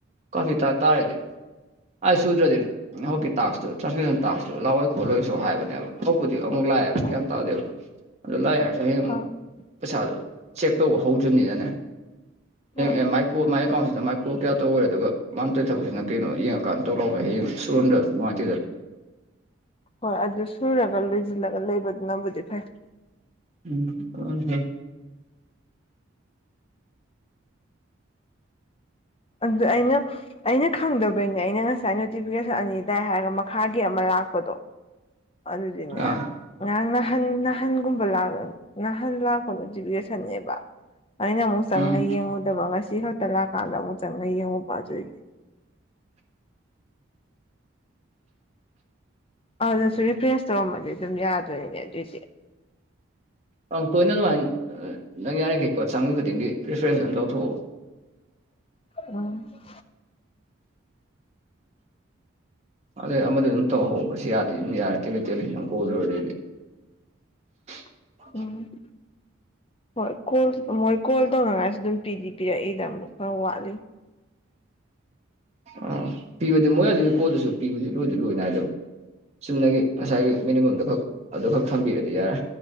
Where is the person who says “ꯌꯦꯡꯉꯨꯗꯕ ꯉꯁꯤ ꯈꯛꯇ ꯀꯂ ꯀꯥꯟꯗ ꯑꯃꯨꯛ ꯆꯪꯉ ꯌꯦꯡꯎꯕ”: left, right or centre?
Left